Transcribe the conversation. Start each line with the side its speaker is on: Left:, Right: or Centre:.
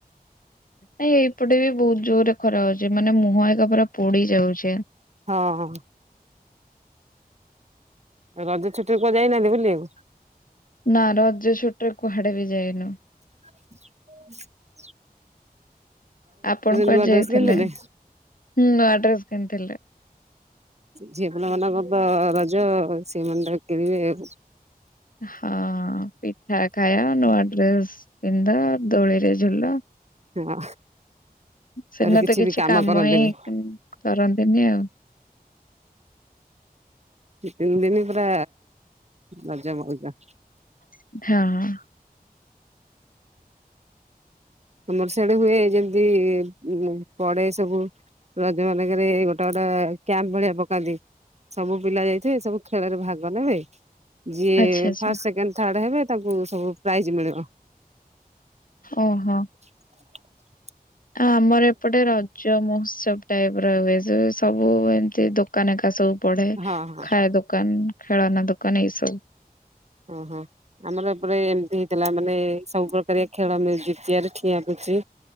Left: ନାଇଁ ଏଇପଟେ ବି ବହୁତ ଜୋରରେ ଖରା ହଉଚି ମାନେ ମୁହଁ ଏକା ପରା ପୋଡି ଯାଉଚି।
Right: ହଁ ହ। ରଜ ଛୁଟିରେ କୁଆଡେ ଯାଇନାହାନ୍ତି ବୁଲିଆକୁ?
Left: ନା ରଜ ଛୁଟିରେ କୁଆଡେ ବି ଯାଇନୁ।
Right: ହ
Left: ଆପଣ କୁଆଡେ
Right: ନୂଆ
Left: ଯାଇଥିଲେ?
Right: ଡ୍ରେସ କିଣିଥିଲେ?
Left: ନୂଆଡ୍ରେସ କିଣିଥିଲେ।
Right: ଝିଅ ପିଲା ମାନଙ୍କର ତ ରଜ ସେମାନେ ତାଙ୍କ କିଣିବେ।
Left: ହଁ ପିଠା ଖାଇଆ ନୂଆ ଡ୍ରେସ ପିନ୍ଧା ଦୋଳିରେ ଝୁଲ।
Right: ହଁ।
Left: ସେଦିନ
Right: ଆରେ କିଛି
Left: ତ
Right: ବି କାମ କରନ୍ତିନି।
Left: ହିଁ କରନ୍ତିନି ଆଉ
Right: ଦି ତିନି ଦିନି ପୁରା ମଜା ମଉଜ।
Left: ହଁ।
Right: ଆମର ସେଆଡେ ହୁଏ ଯେମିତି ଉଁ ପଡେ ସବୁ। ରଜ ମାନଙ୍କରେ ଏଇ ଗୋଟା ଗୋଟା କ୍ୟାମ୍ପ ଭଳିଆ ପକାନ୍ତି। ସବୁ ପିଲା ଯାଇଥିବେ ସବୁ ଖେଳ ରେ ଭାଗ ନେବେ। ଯିଏ
Left: ଆଚ୍ଛା ଆଚ୍ଛା
Right: ଫାଷ୍ଟ ସେକେଣ୍ଡ ଥାର୍ଡ ହେବେ ତାଙ୍କୁ ସବୁ ପ୍ରାଇଜ ମିଳିବ।
Left: ଓହୋ।
Right: <inaudible>
Left: ଆ ଆମର ଏପଟେ ରଜ ମହୋତ୍ସବ ଟାଇପ ର ହୁଏ ଯୋଉ- ସବୁ ଏମିତି ଦୋକାନ ଏକା ସବୁ ପଢେ
Right: ହଁ ହଁ
Left: ଖାଇଆ ଦୋକାନ ଖେଳନା ଦୋକାନ ଏଇ ସବୁ
Right: ଓହୋ। ଆମର ଏପରେ ଏମିତି ହେଇଥିଲା ମାନେ ସବୁ ପ୍ରକାରିଆ ଖେଳ ମ୍ୟୁଜିକ ଚେୟାର ଠିଆ ପୁଚି